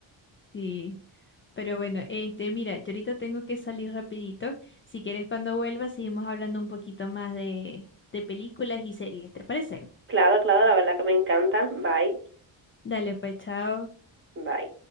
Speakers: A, on the left; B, on the right.
A: sí. Pero bueno, este, mira, yo ahorita tengo que salir rapidito. Si quieres, cuando vuelva, seguimos hablando un poquito más de, de películas y series, ¿te parece?
B: Claro, claro, la verdad que me encanta. Bye,
A: Dale, pues, chao.
B: bye.